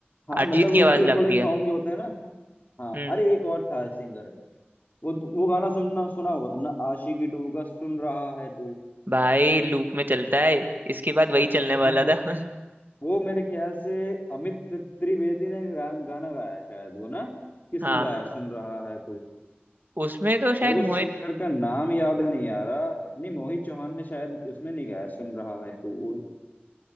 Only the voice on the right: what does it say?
अरिजीत
की
आवाज लगती
है
हम्म
भाई लूप में चलता है इसके बाद वही चलने
वाला था <laughs>
हाँ
उसमें तो शायद
मोहित